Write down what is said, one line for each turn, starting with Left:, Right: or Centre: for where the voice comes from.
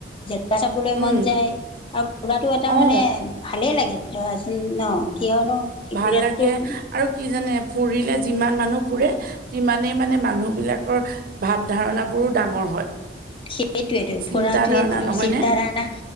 Left: ফুা চাবলৈ
Right: উম
Left: মন যায় আৰু ফুৰাটো এটা
Right: অ
Left: মানে ভালে লাগে। <unintelligible> ন কিয়নো
Right: ভাল
Left: ফুৰাটো
Right: লাগে আৰু কি জানে ফুৰিলে যিমান মানুহ ফুৰে, সিমানেই মানে মানুহ বিলাকৰ ভাৱ ধাৰণাবোৰো ডাঙৰ হয়।
Left: সেইটোৱেটো, ফুৰাটোৱে
Right: চিন্তা ধাৰণা
Left: মানুহৰ
Right: নহয়
Left: চিন্ত
Right: নে
Left: ধাৰণা